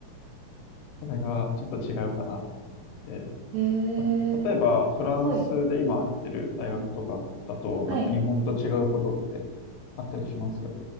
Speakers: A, on the left; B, on the right.
A: <laughs> それがちょっと違うかなって。
B: ええー
A: まあ例えば、フランスで今行ってる大学とかだと、
B: はい。うんはい。
A: なんか日本と違うことってあったりします